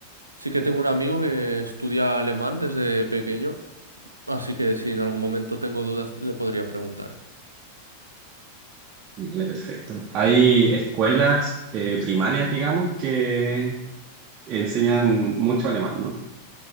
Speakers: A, on the right; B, on the right.
A: Sí que tengo un amigo que estudia alemán desde pequeño, así que si en algún momento tengo dudas le podría preguntar.
B: Le perfecto. Hay escuelas eh, primarias, digamos, que enseñan mucho alemán, ¿no?